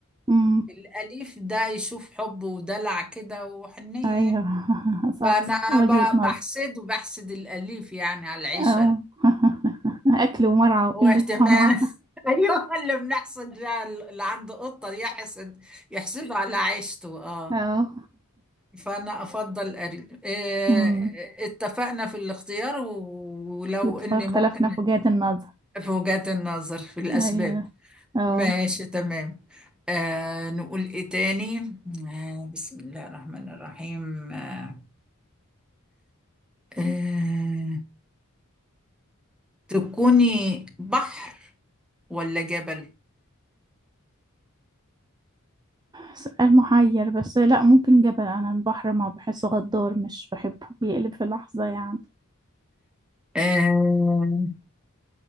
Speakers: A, on the right (about 20°); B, in the centre.
A: امم
B: الاليف ده يشوف حب ودلع كده وحنيه
A: أيوة
B: يعني
A: <laughs> صح
B: فانا
A: وجهة
B: ب-
A: نظر
B: بحسد وبحسد الاليف يعني على العيشه
A: اه <laughs> أكل ومرعى وقلة
B: واهتمام
A: صنعة
B: <laughs> ايوه اللي بنحسد بقى اللي عنده قطه يحسد يحسده على عيشته اه
A: اه
B: فأنا أفضل أري آه،
A: امم
B: اتفقنا في الاختيار و- ولو
A: واتفق-
B: إني
A: اختلفنا
B: ممكن
A: في وجهات النظر
B: في وجهات النظر في الأسباب
A: أيوة اه
B: ماشي تمام آه نقول إيه تاني آه بسم الله الرحمن الرحيم آه آه تكوني بحر ولا جبل
A: سؤال محير بس لا ممكن جبل أنا البحر ما بحسه غدار مش بحبه بيقلب في لحظة يعني
B: آه